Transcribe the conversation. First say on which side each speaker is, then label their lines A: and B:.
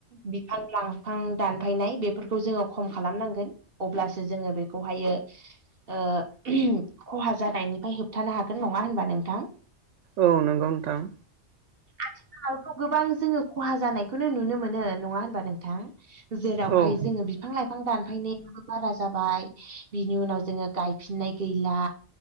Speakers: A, on the right; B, on the right.
A: बिफां लांफां दानफायनाय बेफोरखौ जोङो खम खालामनांगोन। अब्लासो जोङो बेखौहायो ओ खहा जानायनिफ्राय होबथानो हागोन नङा होनबा नोंथां।
B: औ नंगौ नोंथां।
A: आथिखालावथ' गोबां जोङो खहा जानायखौनो नुनो मोनो नङा होनबा नोंथां। जेरावहाय
B: नोंथां
A: जोङो बिफां लाइफां बिफां दानफायनायाबो बारा जाबाय बिनि उनाव जोङो गाय फिननाय गैला